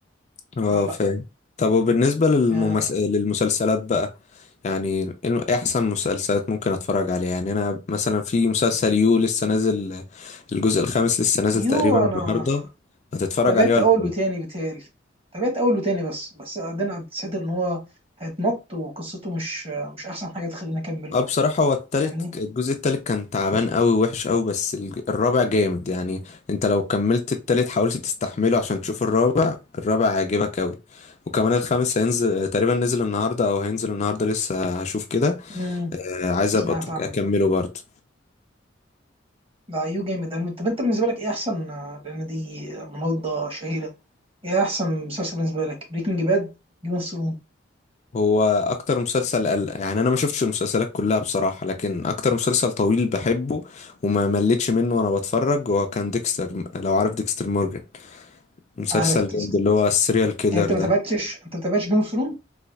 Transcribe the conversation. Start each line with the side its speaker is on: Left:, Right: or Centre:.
Left: اه
Right: فلا
Left: فاهم طب وبالنسبة للممس...
Right: آه،
Left: للمسلسلات بقى يعني الم- إيه احسن مسلسلات ممكن اتفرج عليها يعني انا مثلا في مسلسل يو لسه نازل الجزء الخامس لسه نازل
Right: يو
Left: تقريبا
Right: انا
Left: النهارده هتتفرج
Right: تابعت
Left: عليه ولا
Right: اول
Left: ايه
Right: وتاني بيتهيألي تابعت اول وتاني بس بس بعدين حسيت ان هو هيتمط وقصته مش مش احسن حاجه تخليني اكمله
Left: اه بصراحة هو التالت
Right: فاهمني
Left: الجزء التالت كان تعبان قوي وحش قوي بس الج- الرابع جامد يعني انت لو كملت التالت حاولت تستحمله عشان تشوف الرابع الرابع هيعجبك قوي وكمان الخامس هينزل تقريبا نزل النهارده او هينزل النهارده لسه هشوف كده
Right: مم.
Left: آه، عايز
Right: سمعت
Left: ابقى أت-
Right: عنه
Left: اكمله برضه
Right: لا يو جامد أنا- طب انت بالنسبه لك ايه احسن آه، لان دي مناضله شهيره ايه احسن مسلسل بالنسبه لك بريكنج باد جيم اوف ثرونز
Left: هو اكتر مسلسل قل... يعني انا ما شفتش المسلسلات كلها بصراحة لكن اكتر مسلسل طويل بحبه وما مليتش منه وانا بتفرج هو كان ديكستر لو عارف ديكستر مورجان مسلسل
Right: عارف تس-
Left: جامد اللي هو السيريال كيلر
Right: انت ما
Left: ده
Right: تابعتش انت ما تابعتش جيم اوف ثرونز